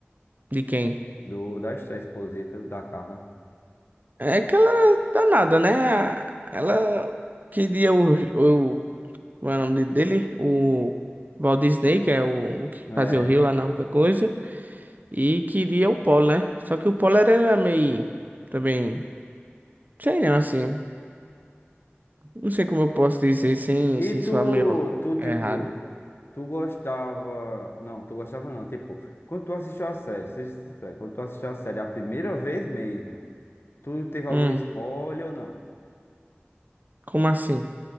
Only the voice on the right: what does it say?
De quem?
É aquela danada, né? Ela queria o, o como é o nome dele? O Walt Disney, que é o, o que
fazia o Rio lá na outra coisa, e queria o Polo, né? Só que o Polo era meio também, sei não, assim, não sei como eu posso dizer sem
sem
soar meio
errado.
Hum,
como assim?